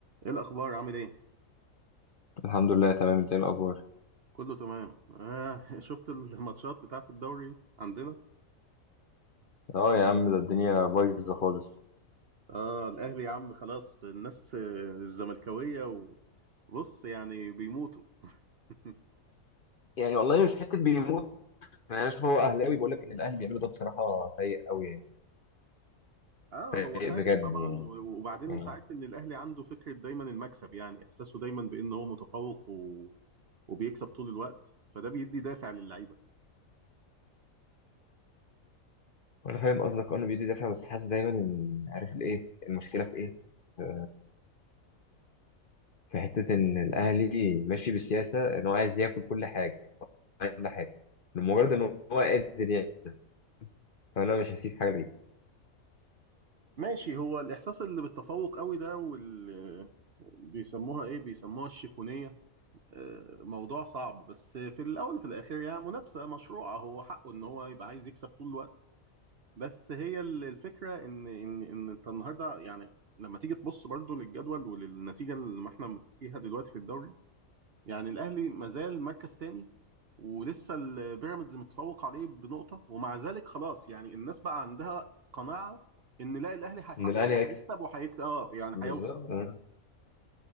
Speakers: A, on the right; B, on the left.
A: ايه الاخبار عامل ايه
B: الحمد لله تمام انت ايه الاخبار
A: كله تمام آه <laughs> شفت الماتشات بتاعت الدوري عندنا
B: اه يا عم ده الدنيا بايظه خالص
A: اه الاهلي يا عم خلاص الناس آه، الزملكاويه وبص يعني بيموتوا <laughs>
B: يعني والله مش حته بيموت يعني انا اشوف هو اهلاوي بيقول لك ان الاهلي بيعملوا ده بصراحه سيء قوي يعني
A: اه
B: سيء
A: هو فايق
B: بجد
A: طبعا
B: يعني,
A: و- وبعدين
B: يعني
A: انت عارف ان الاهلي عنده فكره دايما المكسب يعني احساسه دايما بان هو متفوق و... وبيكسب طول الوقت فده بيدي دافع للعيبه
B: وانا فاهم قصدك أه انه بيدي دافع بس حاسس دايما ان عارف الايه المشكله في ايه آه، في حته ان الاهلي ماشي بسياسه ان هو عايز ياكل كل حاجه عايز كل حاجه لمجرد ان هو قادر يعني فانا مش هسيب حاجه ليه
A: ماشي هو الاحساس اللي بالتفوق قوي ده وال بيسموها ايه بيسموها الشيفونيه موضوع صعب بس في الاول وفي الاخر يعني منافسه مشروعه هو حقه ان هو يبقى عايز يكسب طول الوقت بس هي ال- الفكره ان ان ان انت النهارده يعني لما تيجي تبص برضو للجدول وللنتيجه اللي احنا فيها دلوقتي في الدوري يعني الاهلي مازال مركز تاني ولسه البيراميدز متفوق عليه بنقطه ومع ذلك خلاص يعني الناس بقى عندها قناعه ان لا الاهلي هيحصل
B: ان الاهلي
A: وهيكسب
B: هيكسب
A: وهيكسب اه يعني
B: بالظبط
A: هيوصل
B: اه.